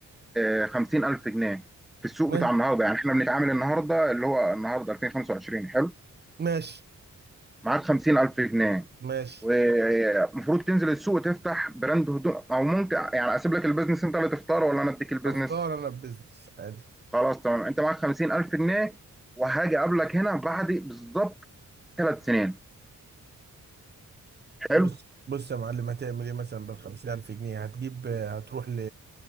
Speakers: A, in the centre; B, on the right.
A: آه، خمسين الف جنيه في السوق
B: ما-
A: بتاع النهارده يعني احنا بنتعامل النهارده اللي هو النهارده 2025 حلو
B: ماشي
A: معاك خمسين الف جنيه
B: ماشي
A: ومفروض تنزل السوق تفتح براند هدوم او ممكن يعني اسيب لك البيزنس انت اللي تختاره ولا انا اديك البيزنس
B: اختار انا البيزنس عادي
A: خلاص تمام انت معاك 50000 جنيه وهاجي اقابلك هنا بعد بالظبط ثلاث سنين حلو
B: بص بص يا معلم هتعمل ايه مثلا بالخمسين ألف جنيه هتجيب هتروح ل